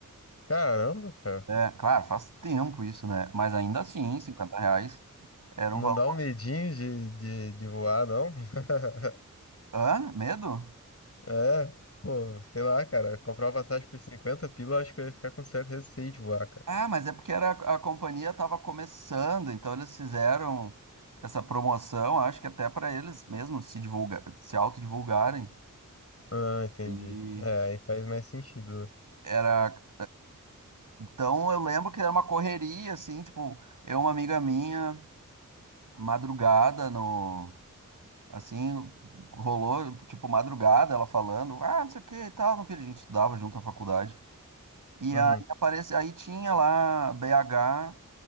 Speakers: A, on the left (about 45°); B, on the right (about 70°).
A: Caramba, cara.
B: É, claro, faz tempo isso, né? Mas ainda assim, 50 reais era
A: Não
B: um valor.
A: dá um medinho de, de, de voar, não? <laughs>
B: Hã? Medo?
A: É, pô, sei lá, cara. Comprar uma passagem por 50, pila, eu acho que eu ia ficar com certo receio de voar, cara.
B: Ah, mas é porque era, a companhia estava começando, então eles fizeram essa promoção, acho que até para eles mesmos se divulga, se autodivulgarem.
A: Ah, entendi.
B: E
A: É, aí faz mais sentido, né?
B: era. Então eu lembro que era uma correria, assim, tipo, eu e uma amiga minha, madrugada no. Assim, rolou, tipo, madrugada, ela falando, ah, não sei o que e tal, não perdi, a gente estudava junto na faculdade. E
A: Uhum.
B: aí aparece, aí tinha lá BH